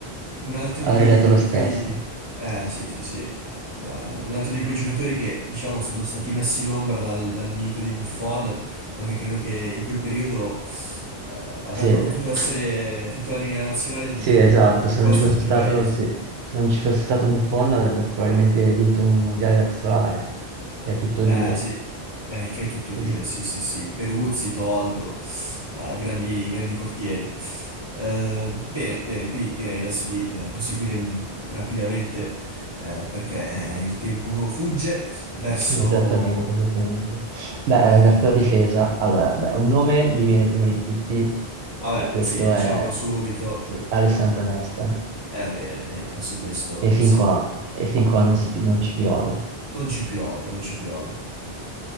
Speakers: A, on the left; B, on the right.
A: Un altro
B: Avrei
A: di,
B: detto lo
A: di
B: stesso.
A: quei... Eh,
B: Sì,
A: sì, sì, sì. Eh, un altro di quei giocatori che, diciamo, sono stati messi in ombra dal, dal mito di Buffon, ma che credo che in quel periodo... eh, avrebbero
B: sì,
A: potuto essere titolari nella nazionale di
B: Sì, esatto.
A: di
B: Se
A: quasi
B: non ci fosse
A: tutti
B: stato,
A: i paesi.
B: sì. Se non ci fosse stato Buffon avrebbe probabilmente vinto un mondiale da titolare, che è tutto
A: Eh
B: dire.
A: sì, eh, il che è tutto dire,
B: Eh sì.
A: sì sì sì, Peruzzi, Toldo, eh, grandi, grandi portieri. Eh, bene, bene, quindi direi adesso di eh, proseguire mh, rapidamente eh, perché eh, il tempo fugge verso...
B: <laughs> Esattamente, esattamente. Beh,
A: eh,
B: la tua difesa, allora, beh, un nome mi viene prima di tutti
A: vabbè,
B: e questo
A: sì, diciamolo
B: è
A: subito,
B: sì, Alessandro Nesta.
A: eh, va bene, e su questo
B: E
A: eh,
B: fin
A: siamo...
B: qua, e fin qua non si pi- non ci piove.
A: Non ci piove, non ci piove.